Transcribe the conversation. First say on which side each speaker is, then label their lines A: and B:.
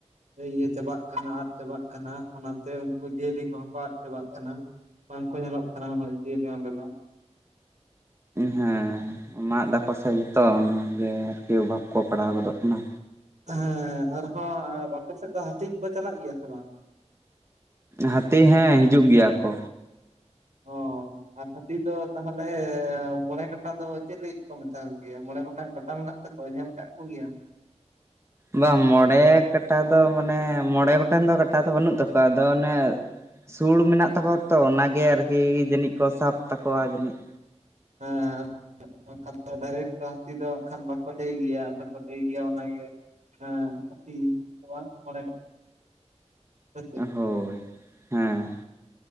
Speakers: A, on the right; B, on the right.
A: ᱤᱭᱟᱹ ᱪᱟᱵᱟᱜ ᱠᱟᱱᱟ ᱟᱫ ᱪᱟᱵᱟᱜ ᱠᱟᱱᱟ ᱚᱱᱟᱛᱮ ᱩᱱᱠᱩ ᱡᱤᱭᱟᱹᱞᱤ ᱠᱚᱦᱚᱸ ᱠᱚ ᱟᱫ ᱪᱟᱵᱟᱜ ᱠᱟᱱᱟ᱾ ᱵᱟᱝᱠᱚ ᱧᱮᱞᱚᱜ ᱠᱟᱱᱟ ᱩᱱᱟᱹᱜ ᱡᱤᱭᱟᱹᱞᱤ ᱚᱸᱰᱮ ᱫᱚ᱾
B: ᱦᱮᱸ ᱢᱟᱜ ᱮᱫᱟᱠᱚ ᱥᱮ ᱡᱚᱛᱚ ᱚᱱᱟᱛᱮ ᱜᱮ ᱟᱨᱠᱤ ᱚᱵᱷᱟᱵᱽ ᱠᱚ ᱯᱟᱲᱟᱣ ᱜᱚᱫᱚᱜ ᱠᱟᱱᱟ᱾
A: ᱦᱮᱸ ᱟᱨᱦᱚᱸ ᱟᱯᱮ ᱥᱮᱫ ᱫᱚ ᱦᱟᱹᱛᱤ ᱠᱚ ᱠᱚ ᱪᱟᱞᱟᱜ ᱜᱮᱭᱟ ᱥᱮ ᱵᱟᱝ?
B: ᱦᱟᱛᱤ ᱦᱮᱸ ᱦᱤᱡᱩᱜ ᱜᱮᱭᱟ ᱠᱚ᱾
A: ᱦᱚᱸ᱾ ᱟᱨ ᱦᱟᱹᱛᱤ ᱫᱚ ᱛᱟᱦᱚᱞᱮ ᱢᱚᱬᱮ ᱠᱟᱴᱟ ᱫᱚ ᱪᱮᱫ ᱞᱟᱹᱜᱤᱫ ᱠᱚ ᱢᱮᱛᱟᱣ ᱜᱮᱭᱟ ᱢᱚᱬᱮ ᱜᱚᱴᱟᱝ ᱠᱟᱴᱟ ᱢᱮᱱᱟᱜ ᱛᱟᱠᱚᱣᱟ ᱧᱮᱞ ᱠᱟᱜ ᱠᱚᱜᱮᱭᱟᱢ?
B: ᱵᱟᱝ ᱢᱚᱬᱮ ᱠᱟᱴᱟ ᱫᱚ ᱢᱟᱱᱮ ᱢᱚᱬᱮ ᱜᱚᱴᱮᱱ ᱫᱚ ᱠᱟᱴᱟ ᱫᱚ ᱵᱟᱹᱱᱩᱜ ᱛᱟᱠᱚᱣᱟ ᱟᱫᱚ ᱚᱱᱮ ᱥᱩᱲ ᱢᱮᱱᱟᱜ ᱛᱟᱠᱚᱣᱟ ᱛᱚ ᱚᱱᱟᱜᱮ ᱟᱨᱠᱤ ᱡᱟᱹᱱᱤᱡ ᱠᱚ ᱥᱟᱵ ᱛᱟᱠᱚᱣᱟ ᱡᱟᱹᱱᱤᱡ᱾
A: ᱦᱮᱸ ᱠᱷᱟᱱ ᱰᱟᱭᱨᱮᱴ ᱫᱚ ᱦᱟᱹᱛᱤ ᱫᱚ ᱦᱟᱜᱠᱷᱟᱱ ᱵᱟᱠᱚ ᱞᱟᱹᱭ ᱜᱮᱭᱟ ᱟᱫᱚ ᱠᱚ ᱞᱟᱹᱭ ᱜᱮᱭᱟ ᱚᱱᱟᱜᱮ ᱦᱮᱸ ᱦᱟᱹᱛᱤ ᱫᱚ ᱵᱟᱝ ᱢᱚᱬᱮ ᱜᱚᱴᱟ᱾
B: ᱦᱳᱭ ᱦᱮᱸ᱾